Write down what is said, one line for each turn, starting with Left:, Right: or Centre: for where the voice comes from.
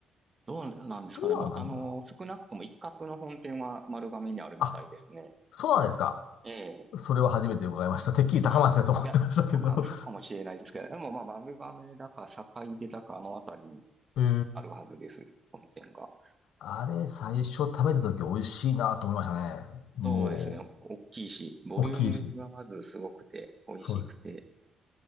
Right: どうなんですかね。
Left: ではないな。
Right: まあ、あの、少なくとも一角の本店は丸亀にあるみたいですね。
Left: あ、そうなんですか。
Right: ええ。
Left: それは初めて伺いました。てっきり高松だと思ってましたけど。
Right: あ、いや、どっか嘘かもしれないですけど、でもまあ、丸亀だか、坂出だか、あのあたりに
Left: <laughs> へー
Right: あるはずです。本店が。
Left: あれ、最初食べた時美味しいなと思いましたね。も
Right: そうですね。大きいし、ボリュームがまずすごくて、
Left: う、大きいし。
Right: 美味しくて。
Left: そうです。